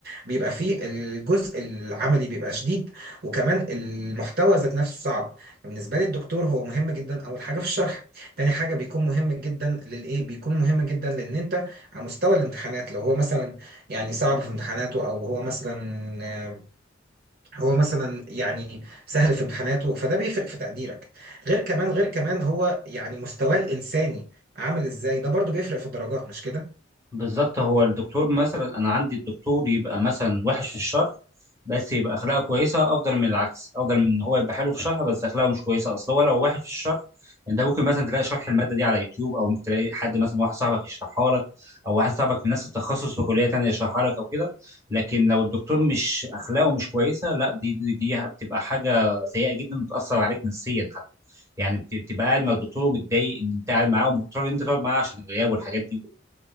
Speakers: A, on the right; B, on the right.
A: بيبقى فيه الجزء العملي بيبقى شديد وكمان المحتوى ذات نفسه صعب بالنسبة لي الدكتور هو مهم جدا أول حاجة في الشرح تاني حاجة بيكون مهم جدا للإيه؟ بيكون مهم جدا لأن أنت على مستوى الامتحانات لو هو مثلا يعني صعب في امتحاناته أو هو مثلا آه، هو مثلا يعني سهل في امتحاناته فده بيفرق في تقديرك غير كمان غير كمان هو يعني مستواه الإنساني عامل إزاي ده برضو بيفرق في الدرجات مش كده؟
B: بالظبط هو الدكتور مثلا انا عندي الدكتور يبقى مثلا وحش في الشرح بس يبقى اخلاقه كويسه افضل من العكس افضل من ان هو يبقى حلو في الشرح بس اخلاقه مش كويسه اصل هو لو وحش في الشرح انت ممكن مثلا تلاقي شرح الماده دي على يوتيوب او ممكن تلاقي حد مثلا واحد صاحبك يشرحها لك او واحد صاحبك من نفس التخصص في كليه تانيه يشرحها لك او كده لكن لو الدكتور مش اخلاقه مش كويسه لا دي دي, دي بتبقى حاجه سيئه جدا بتاثر عليك نفسيا حتى يعني بت- بتبقى قاعد مع الدكتور متضايق ان انت قاعد معاه ومضطر ان انت تقعد معاه عشان الغياب والحاجات دي